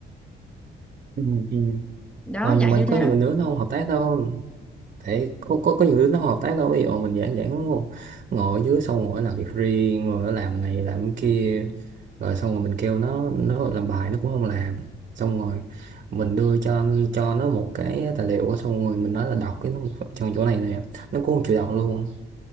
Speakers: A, on the right (about 45°); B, in the centre.
A: Ừ, ừ.
B: đó
A: Mà,
B: dạng
A: mà
B: như thế
A: có nhiều
B: đó
A: đứa nó không hợp tác đâu. thế có có có nhiều đứa nó hợp tác đâu ví dụ mình giảng giảng ngồi ngồi ở dưới xong rồi nó làm việc riêng rồi nó làm này làm cái kia rồi xong rồi mình kêu nó nó làm bài nó cũng không làm xong rồi mình đưa cho cho nó một cái tài liệu xong rồi mình nói là đọc cái nó trong chỗ này nè nó cũng không chịu đọc luôn